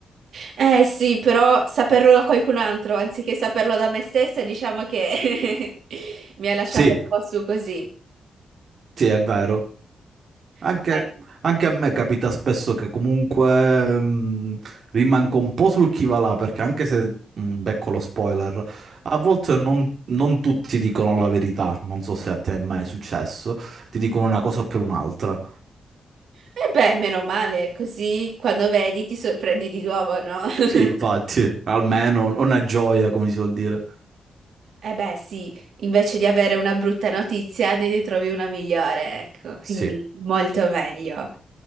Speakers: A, on the right; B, on the right.
A: Eh sì, però saperlo da qualcun altro anziché saperlo da me stessa, diciamo che <laughs> mi ha lasciato
B: Sì,
A: un po' su così.
B: sì, è vero. Anche,
A: Eh,
B: anche a me capita spesso che comunque mh, rimango un po' sul chi va là, perché anche se mh, becco lo spoiler, a volte non, non tutti dicono la verità, non so se a te è mai successo, ti dicono una cosa per un'altra.
A: eh beh, meno male, così quando vedi ti sorprendi di nuovo, no? <laughs>
B: Sì, infatti, almeno una gioia, come si suol dire.
A: Eh beh, sì, invece di avere una brutta notizia ne ritrovi una migliore, ecco,
B: Sì.
A: quindi molto meglio.